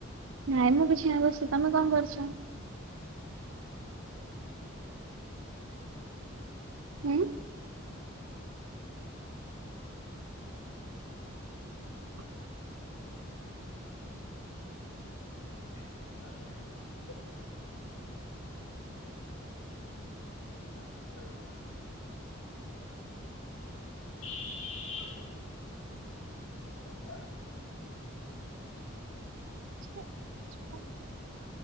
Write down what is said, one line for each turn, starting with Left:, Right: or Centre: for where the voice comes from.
Right: ନାଇଁ ମୁଁ କିଛି ଆଉ ବସି। ତମେ କଣ କରୁଛ? ହୁଁ। ଆଛା
Left: <inaudible> ଆ <inaudible> ହ <inaudible> <inaudible>
Right: <inaudible>